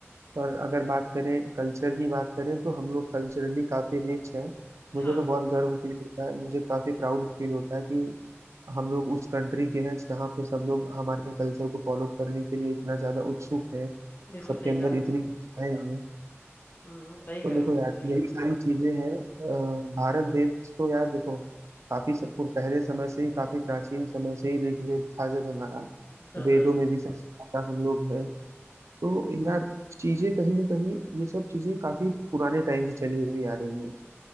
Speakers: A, on the right; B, on the left.
A: पर अगर बात करें कल्चर की बात करें तो हम लोग कल्चरली काफी रिच हैं मुझे
B: हाँ
A: तो बहुत गर्व फील होता है मुझे काफी प्राउड फील होता है कि हम लोग उस कंट्री के हैं जहाँ पे सब लोग हमारे कल्चर को फॉलो करने के लिए इतना ज्यादा उत्सुक है
B: बिल्कुल
A: सबके
B: सही
A: अंदर
B: कहा भाई
A: इतनी इच्छाएं हैं
B: हम्म हम्म, सही कह
A: तो देखो
B: रहे हो बिल्कुल
A: यार
B: सही
A: यही
B: कह रहे
A: सारी चीजें हैं अ, भारत देश तो यार देखो काफी सब पहले समय से ही काफी प्राचीन समय से ही ऋग्वेद था जब हमारा
B: हो हाँ
A: वेदों
B: हाँ
A: में भी सबसे ज्यादा हम लोग तो यार चीजें कहीं ना कहीं ये सब चीजें काफी पुराने टाइम से चली हुई आ रही हैं